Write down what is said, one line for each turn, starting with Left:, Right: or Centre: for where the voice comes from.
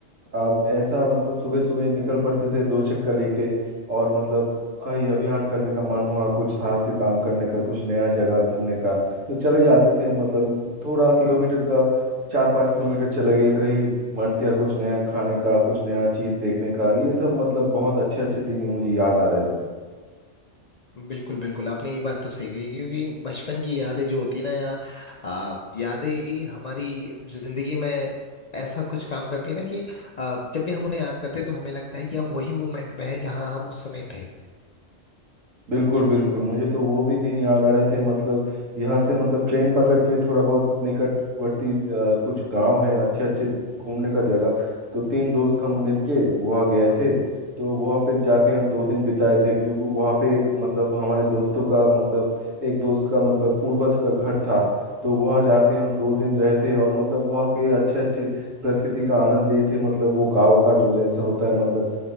Right: अब ऐसा मतलब सुबह सुबह निकल पड़ते थे दो चक्कर लेके और मतलब कहीं अभियान करने का मन हुआ कुछ साहसी काम करने का कुछ नया जगह घूमने का तो चले जाते थे मतलब थोड़ा किलोमीटर का चार पाँच किलोमीटर चले गए कहीं मन किया कुछ नया खाने का कुछ नया चीज़ देखने का ये सब मतलब बहुत अच्छे अच्छे दिन ही मुझे याद आ रहे थे
Left: बिल्कुल बिल्कुल आपने ये बात तो सही कही क्योंकि बचपन की यादें जो होती है ना या आ, यादें ही हमारी जिंदगी में ऐसा कुछ काम करती है ना कि आ, जब भी हम उन्हें याद करते हैं तो हमें लगता है कि हम वही मोमेंट में हैं जहां हम उस समय थे
Right: बिल्कुल बिल्कुल मुझे तो वो भी दिन याद आ रहे थे मतलब यहाँ से मतलब ट्रेन पकड़ के थोड़ा बहुत निकटवर्ती अ, कुछ गांव है अच्छे अच्छे घूमने का जगह तो तीन दोस्त हम मिलके वहाँ गए थे तो वहाँ पे जाके हम दो दिन बिताए थे क्योंकि वहाँ पे एक मतलब हमारे दोस्तों का मतलब एक दोस्त का मतलब पूर्वज का घर था तो वहाँ जाके हम दो दिन रहे थे और मतलब वहाँ के अच्छे अच्छे प्रकृति का आनंद लिए थे मतलब वो गांव का जो जैसा होता है मतलब